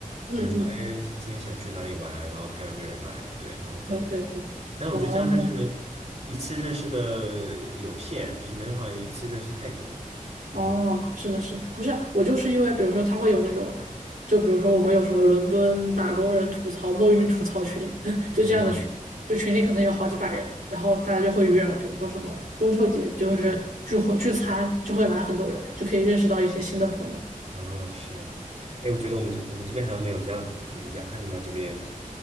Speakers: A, on the right (about 85°); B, on the right (about 50°).
A: 嗯嗯，
B: 就是说，哎，今天想去哪里玩，然后看有没有人来，对，然后这样子认识。
A: 对对对，
B: 但是我觉得这样认识人，
A: 哦。
B: 一次认识的有限，就是没办法一次认识太多。
A: 哦，
B: 然后
A: 是的是，
B: 对，
A: 不是我就是因为，比如说他会有那种，就比如说我们有什么伦敦打工人吐槽、摸鱼吐槽群，<laughs> 就这样的群，
B: 嗯。
A: 就群里可能有好几百人，然后大家就会约，比如说什么中秋节就是聚会聚餐，就会来很多人，就可以认识到一些新的朋友。
B: 哦，是，哎，我觉得我们这我们这边好像没有这样子的，就是亚特兰大这边，